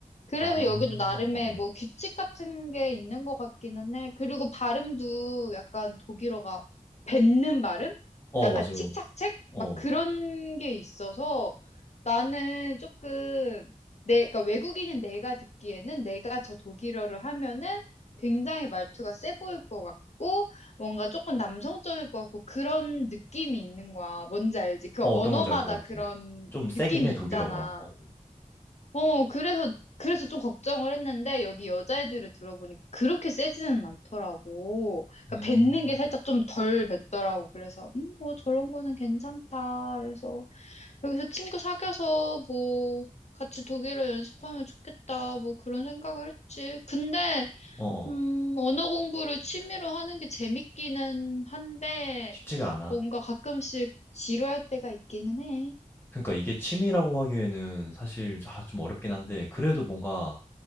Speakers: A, on the left; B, on the left.
A: 그래서
B: 아, 어,
A: 여기도 나름의
B: 어,
A: 뭐 규칙 같은 게 있는 것 같기는 해. 그리고 발음도 약간 독일어가 뱉는 발음?
B: 어,
A: 약간
B: 맞아.
A: 칙착책? 막
B: 어.
A: 그런 게 있어서 나는 조금 내, 그러니까 외국인인 내가 듣기에는 내가 저 독일어를 하면은 굉장히 말투가 세 보일 것 같고 뭔가 조금 남성적일 것 같고 그런 느낌이 있는 거야. 뭔지 알지? 그
B: 어,
A: 언어마다
B: 어떤 건지 알 것 같아.
A: 그런
B: 좀 세긴
A: 느낌이
B: 해, 독일어가.
A: 있잖아.
B: 어,
A: 어, 그래서, 그래서 좀 걱정을 했는데, 여기 여자애들을 들어보니까 그렇게 세지는 않더라고. 그러니까
B: 음.
A: 뱉는 게 살짝 좀 덜 뱉더라고. 그래서, 음, 뭐 저런 거는 괜찮다. 그래서, 여기서 친구 사귀어서 뭐, 같이 독일어 연습하면 좋겠다. 뭐 그런 생각을 했지. 근데,
B: 어, 어.
A: 음, 언어 공부를 취미로 하는 게 재밌기는 한데,
B: 쉽지가 않아.
A: 뭔가 가끔씩 지루할 때가 있기는 해.
B: 그러니까 이게 취미라고 하기에는 사실 아, 좀 어렵긴 한데, 그래도 뭔가